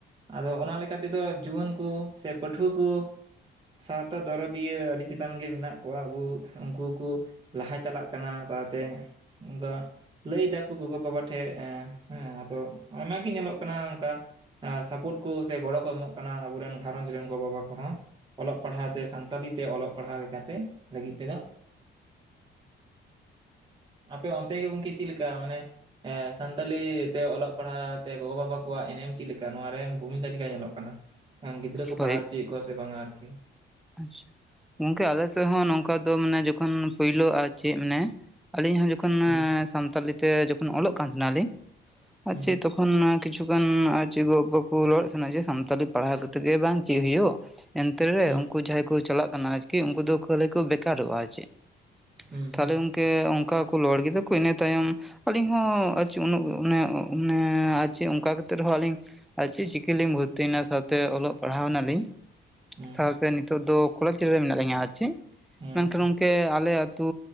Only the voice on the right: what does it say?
ᱟᱫᱚ ᱚᱱᱟ ᱞᱮᱠᱟ ᱛᱮᱫᱚ ᱡᱩᱣᱟᱹᱱ ᱠᱚ ᱥᱮ ᱯᱟᱹᱴᱷᱩᱣᱟᱹ ᱠᱚᱼᱼ ᱥᱟᱶᱛᱟ ᱫᱚᱨᱚᱫᱤᱭᱟᱹ ᱟᱹᱰᱤ ᱪᱮᱛᱟᱱ ᱜᱮ ᱢᱮᱱᱟᱜ ᱠᱚᱣᱟ ᱟᱵᱚ ᱩᱱᱠᱩ ᱠᱚᱼᱼ ᱞᱟᱦᱟ ᱪᱟᱞᱟᱜ ᱠᱟᱱᱟ ᱥᱟᱶᱛᱮ ᱚᱱᱠᱟᱼᱼ ᱞᱟᱹᱭ ᱮᱫᱟ ᱠᱚ ᱜᱚᱜᱚ ᱵᱟᱵᱟ ᱴᱷᱮᱜ ᱮᱸ ᱦᱮᱸ ᱟᱫᱚ ᱟᱭᱢᱟ ᱜᱮ ᱧᱮᱞᱚᱜ ᱠᱟᱱᱟ ᱚᱱᱠᱟᱼᱼ ᱟ <unintelligible> ᱥᱟᱯᱚᱨᱴ ᱠᱚ ᱥᱮ ᱜᱚᱲᱚ ᱠᱚ ᱮᱢᱚᱜ ᱠᱟᱱᱟ ᱟᱵᱚᱨᱮᱱ ᱜᱷᱟᱨᱚᱸᱧᱡᱽ ᱨᱮᱱ ᱜᱚ ᱵᱟᱵᱟ ᱠᱚᱦᱚᱸᱼᱼ ᱚᱞᱚᱜ ᱯᱟᱲᱦᱟᱣ ᱛᱮ ᱥᱟᱱᱛᱟᱞᱤ ᱛᱮ ᱚᱞᱚᱜ ᱯᱟᱲᱦᱟᱣ ᱞᱮᱠᱟᱛᱮ ᱞᱟᱹᱜᱤᱫ ᱛᱮᱫᱚᱼᱼ ᱟᱯᱮ ᱚᱱᱛᱮ ᱜᱮ ᱜᱚᱝᱠᱮ ᱪᱮᱜ ᱞᱮᱠᱟ ᱢᱟᱱᱮᱼᱼ ᱮᱻ ᱥᱟᱱᱛᱟᱞᱤ ᱛᱮ ᱚᱞᱚᱜ ᱯᱟᱲᱦᱟᱣ ᱛᱮ ᱜᱚᱜᱚᱼᱵᱟᱵᱟ ᱠᱚᱣᱟᱜ ᱮᱱᱮᱢ ᱪᱮᱜ ᱞᱮᱠᱟ ᱱᱚᱣᱟ ᱨᱮᱢ ᱵᱷᱩᱢᱤᱠᱟ ᱪᱮᱜ ᱠᱟ ᱧᱮᱞᱚᱜ ᱠᱟᱱᱟ? ᱠᱟᱱᱟ᱾ ᱜᱤᱫᱽᱨᱟᱹ ᱠᱚ
ᱯᱟᱲᱦᱟᱣ ᱦᱚᱪᱚᱭᱮᱜ ᱠᱚᱣᱟ ᱥᱮ ᱵᱟᱝᱼᱟ ᱟᱨᱠᱤᱼᱼ
ᱦᱩᱸ
ᱦᱩᱸ
ᱦᱩᱸ
ᱦᱩᱸ
ᱦᱩᱸ
ᱦᱩᱸ
ᱦᱩᱸ